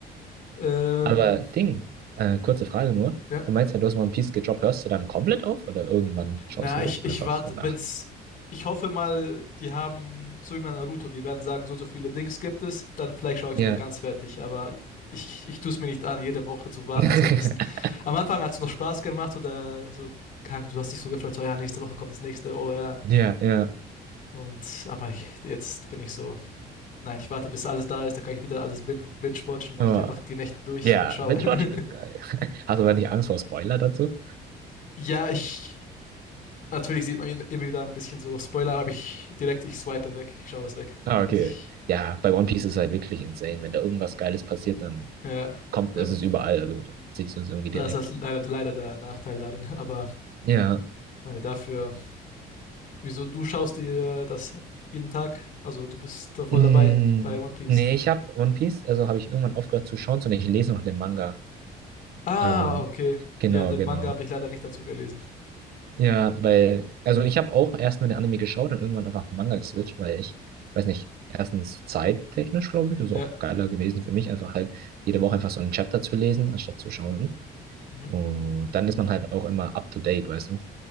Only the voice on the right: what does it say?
Aber Ding, äh, kurze Frage nur.
Du meinst ja, du hast One Piece gedroppt, hörst du dann komplett auf oder irgendwann schaust
du
einfach
so nach?
Ja.
<laughs>
Ja, ja.
Oh.
Ja,
Binge-Watchen
ist geil. <laughs> Hast du aber nicht Angst vor Spoiler dazu?
Ah,
okay.
Ja, bei One Piece ist es halt wirklich insane. Wenn da irgendwas Geiles passiert, dann
kommt,
es ist überall. Also dann siehst du es irgendwie direkt.
Ja.
Mm,
nee, ich habe One Piece, also habe ich irgendwann aufgehört zu schauen, sondern ich lese noch den Manga.
Also,
genau,
genau.
Ja, weil, also ich habe auch erstmal den Anime geschaut und irgendwann einfach Manga geswitcht, weil ich, weiß nicht, erstens zeittechnisch, glaube ich, ist
auch geiler gewesen für mich, einfach halt jede Woche einfach so ein Chapter zu lesen, anstatt zu schauen.
Und dann ist man halt auch immer up to date, weißt du?